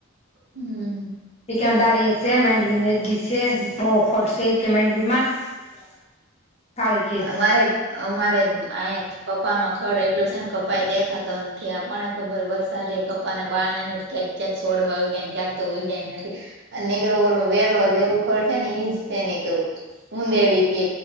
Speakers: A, on the right (about 60°); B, on the left (about 30°).
A: હમ.
B: <unintelligible> <inaudible> કાળી કે
A: અમારે. અમારે આ કપામાં ખડ એટલું છે કપાય દેખાતો નથી આ કોને ખબર વરસાદે ક તોફા ને બારણે યાંક ક્યાંક છોડવા ઊગ્યા ને ક્યાંક તો ઊગ્યા ય નથી. નીકરો ઓલો વેલો દેવું ખડ છે ને ઈજ છે નીકરું ઊંદેડી કે